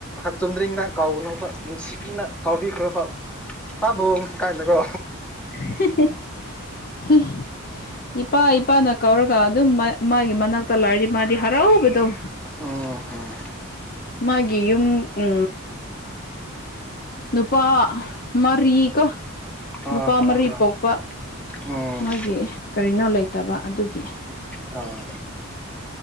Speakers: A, in the centre; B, on the left.
A: ꯆꯨꯝꯗ꯭ꯔꯤꯡꯅ ꯀꯧꯒꯅꯣꯕ ꯅꯨꯡꯁꯤꯅ ꯀꯧꯕꯤꯈ꯭ꯔꯣꯕ ꯄꯥꯕꯨꯡ ꯀꯥꯏꯅꯀꯣ
B: <unintelligible> ꯏꯄꯥ ꯏꯄꯥꯅ ꯀꯧꯔꯒ ꯑꯗꯨꯝ ꯃꯥꯒꯤ ꯃꯅꯥꯛꯇ ꯂꯩꯥꯏꯔꯗꯤ ꯃꯥꯗꯤ ꯍꯔꯥꯎꯕꯗꯧ
A: ꯎꯝ ꯍꯝ
B: ꯃꯥꯒꯤ ꯌꯨꯝ ꯎ ꯅꯨꯄꯥ ꯃꯔꯤ ꯀ ꯅꯨꯄꯥ
A: ꯑ ꯍ
B: ꯃꯔꯤ
A: ꯍ
B: ꯄꯣꯛꯄ
A: ꯎꯝ
B: ꯃꯥꯒꯤ ꯀꯔꯤꯅꯣ ꯂꯩꯇꯕ ꯑꯗꯨꯒꯤ
A: ꯑ